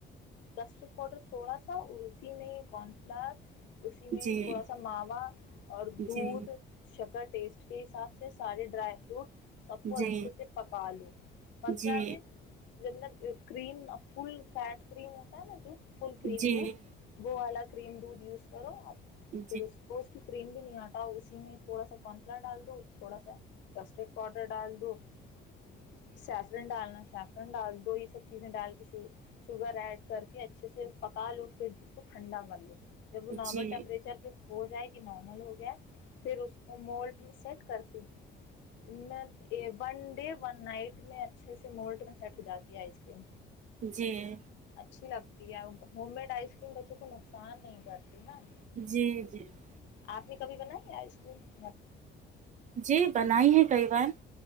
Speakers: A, on the left (about 80°); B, on the right (about 40°).
A: کسٹرڈ پاؤڈر تھوڑا سا اسی میں کن فلاور <inaudible> اسی میں
B: جی
A: تھوڑا سا ماوا اور دودھ
B: جی
A: شکٹ ٹیسٹ کے حساب سے سارے ڈرائی فروٹ سب
B: جی
A: کو
B: جی جی
A: اچھے سے پکا لو پچات
B: جی
A: <unintelligible> جب کریم فل فیٹ کریم ہوتا ہے نا <unintelligible> فل کریم
B: جی
A: دودھ
B: جی جی
A: بووا کریم دودھ یوز کر <unintelligible> کرو آپ <unintelligible>
B: جی
A: پھر اس کو اس کی کر <unintelligible> کریم بھی نہیں ہٹا اسی میں تھوڑا سا کارنفلاور ڈال دو تھوڑا سا کسٹرڈ پاؤڈر ڈال دو <unintelligible> سیفرن ڈالنا سیف <unintelligible> ڈال دو یہ سب چیزیں ڈال کے ش شوگر ایڈ کر کے اچھے سے پکا لو پھر اس کو ٹھنڈا کر لو <unintelligible> ج وہ نارمل
B: جی
A: ٹمپریچر پ <unintelligible> ہو جائے کہ نارمل ہو گیا <unintelligible> پھر اس کو مالٹ میں سے <unintelligible> کرتی <unintelligible> ون ڈ <unintelligible> ون نائٹ میں اچ <unintelligible> ھے سے مٹ میں سیٹ ہو جاتی ہے آئس کریم
B: جی <inaudible>
A: اچھی لگتی ہے ہوم میڈ آئس کریم بچوں کو نقصان نہیں کرتی نا <unintelligible>
B: جی جی <unintelligible>
A: آپ نے کبھی بنائی ہے آئس کریم <unintelligible>
B: جی بنائی ہے کئی بار <unintelligible>